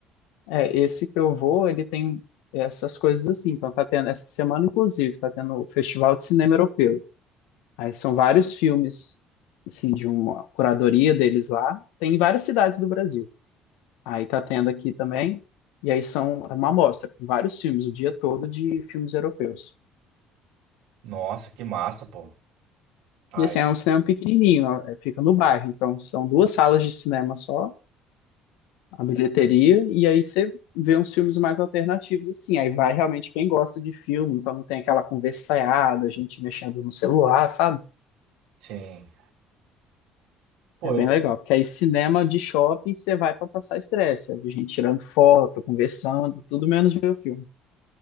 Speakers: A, on the left (about 75°); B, on the right (about 70°).
A: É, esse que eu vou, ele tem essas coisas assim. Então, tá tendo, essa semana, inclusive, tá tendo o Festival de Cinema Europeu. Aí são vários filmes, assim, de uma curadoria deles lá. Tem em várias cidades do Brasil. Aí tá tendo aqui também. E aí são é uma amostra, com vários filmes, o dia todo de filmes europeus.
B: Nossa, que massa, pô. Aí,
A: E assim, é um cinema pequenininho, ó, é, fica no bairro. Então, são duas salas de cinema só, a bilheteria, e aí você vê uns filmes mais alternativos, assim. Aí vai realmente quem gosta de filme, então não tem aquela conversaiada, gente mexendo no celular, sabe?
B: sim. Pô,
A: É bem
B: eu.
A: legal, porque aí cinema de shopping você vai para passar estresse, a gente tirando foto, conversando, tudo menos ver o filme.